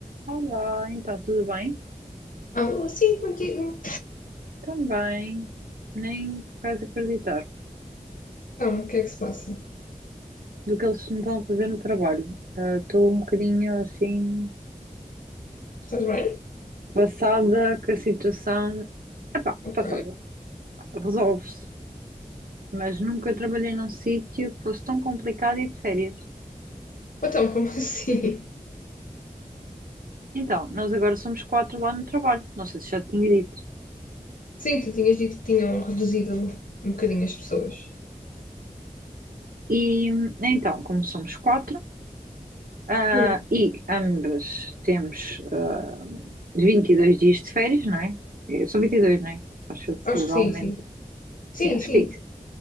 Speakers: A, on the right; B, on the left.
A: Olá, então tudo bem?
B: Alô, sim, contigo.
A: Também, nem vais acreditar
B: Então, o que é que se passa?
A: do que eles me estão a fazer no trabalho. Ah, Estou um bocadinho assim,
B: Estás bem?
A: passada que a situação.
B: Ok.
A: Passada, resolve-se, mas nunca trabalhei num sítio que fosse tão complicado e de férias.
B: Então, como <laughs> assim?
A: Então, nós agora somos quatro lá no trabalho, não sei se já te tinha dito.
B: Sim, tu tinhas dito que tinham reduzido um bocadinho as pessoas.
A: E então, como somos quatro. Ah,
B: Hum,
A: e ambas temos ah, 22 dias de férias, não é? Eh, São 22, não é? Acho eu que
B: acho
A: legalmente.
B: que sim, sim. Sim,
A: Sim, acho
B: sim.
A: que é isso.